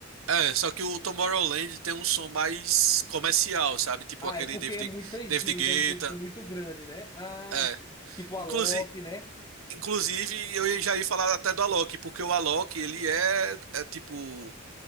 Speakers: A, on the right; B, on the left.
A: É, só que o Tomorrowland tem um som mais comercial, sabe? Tipo
B: Ah,
A: aquele
B: é porque
A: David,
B: é muita gente,
A: David Guetta.
B: é um público muito grande, né? Ah,
A: É.
B: tipo
A: Inclusive,
B: a Loki, né?
A: inclusive, eu já ia falar até do Alok, porque o Alok, ele é, é tipo.